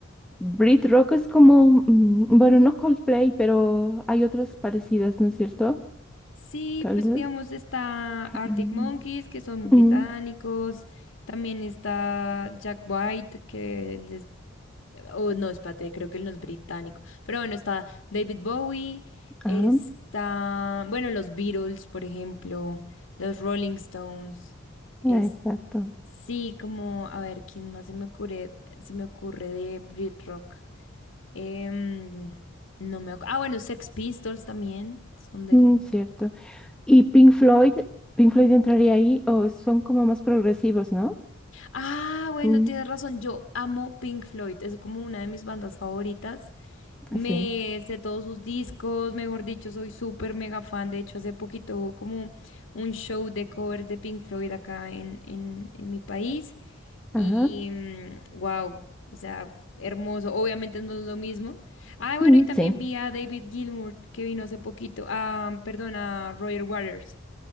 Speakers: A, in the centre; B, on the left (about 75°).
A: Brit Rock es como, mm, bueno, no Coldplay, pero hay otras parecidas, ¿no es cierto?
B: Sí,
A: Tal
B: pues
A: vez.
B: digamos está Arctic
A: Mm,
B: Monkeys, que son británicos,
A: mm,
B: también está Jack White, que él es, oh, no, espérate, creo que él no es británico, pero bueno, está David Bowie, está,
A: ah,
B: bueno, los Beatles, por ejemplo, los Rolling Stones, es,
A: ah, exacto.
B: sí, como, a ver, ¿quién más se me ocurre, se me ocurre de Brit Rock? Em, no me acu- Ah, bueno, Sex Pistols también, son del...
A: Mm, cierto. ¿Y Pink Floyd? ¿Pink Floyd entraría ahí o son como más progresivos, ¿no?
B: Ah, bueno,
A: Mm,
B: tienes razón. Yo amo Pink Floyd. Es como una de mis bandas favoritas. Me
A: sí.
B: sé todos sus discos, mejor dicho, soy súper mega fan. De hecho, hace poquito hubo como un show de covers de Pink Floyd acá en, en, en mi país. Y
A: Ajá.
B: wow, o sea, f- hermoso. Obviamente no es lo mismo. Ah, bueno,
A: Mm,
B: y también
A: sí.
B: vi a David Gilmour que vino hace poquito. Ah, perdón, a Roger Waters